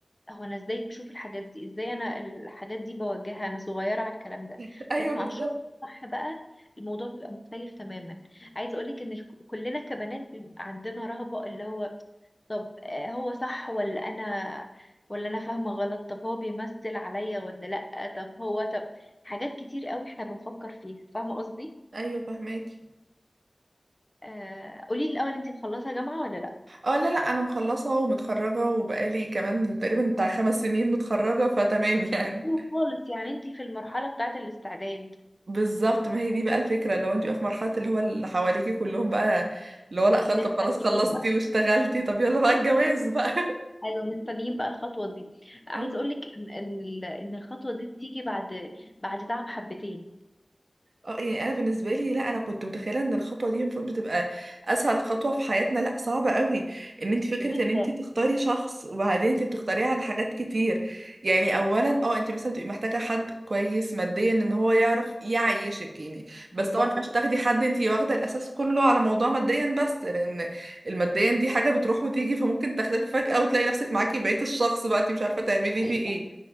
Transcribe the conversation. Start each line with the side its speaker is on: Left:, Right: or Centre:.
Left: هو انا ازاي بشوف الحاجات دي ازاي انا الحاجات دي بواجهها انا صغيره على الكلام ده
Right: <laughs> ايوه
Left: بس مع
Right: بالظبط
Left: الشخص الصح بقى الموضوع بيبقى مختلف تماما عايزه اقول لك ان الك- كلنا كبنات بيبقى عندنا رهبه اللي هو طب آه، هو صح ولا انا ولا انا فاهمه غلط طب هو بيمثل عليا ولا لا طب هو طب حاجات كتير قوي احنا بنفكر فيها فاهمة قصدي
Right: ايوه فهماكي
Left: آه قولي لي الاول انتي مخلصة جامعة ولا لا
Right: اه لا لا انا مخلصه ومتخرجه وبقالي كمان تقريبا بتاع خمس سنين متخرجه فتمام يعني
Left: أول خالص يعني انتي في المرحلة بتاعة الاستعداد
Right: بالظبط ما هي دي بقى الفكره لو انت بقى في مرحله اللي هو اللي حواليكي كلهم بقى اللي هو لا خلاص
Left: مستنيين
Right: طب خلاص خلصتي
Left: بقى
Right: واشتغلتي طب يلا بقى الجواز بقى
Left: ايوه مستنيين بقى الخطوة دي عايزة
Right: <laughs>
Left: اقول لك ان ان ال- إن الخطوة دي بتيجي بعد بعد تعب حبتين
Right: اه يعني انا بالنسبه لي لا انا كنت متخيله ان الخطوه دي المفروض بتبقى اسهل خطوه في حياتنا لا صعبه قوي ان انت فكره
Left: بص
Right: ان انت تختاري شخص وبعدين انت بتختاريه على حاجات كتير يعني اولا اه انت مثلا بتبقي محتاجه حد كويس ماديا ان هو يعرف يعيشك يعني بس
Left: بالظبط
Right: طبعا مش
Left: كده
Right: تاخدي حد انت واخده الاساس كله على موضوع ماديا بس لان الماديا دي حاجه بتروح وتيجي فممكن تختفي فجاه وتلاقي نفسك معاكي بقيه الشخص بقى انت مش عارفه تعملي
Left: أيوة.
Right: فيه ايه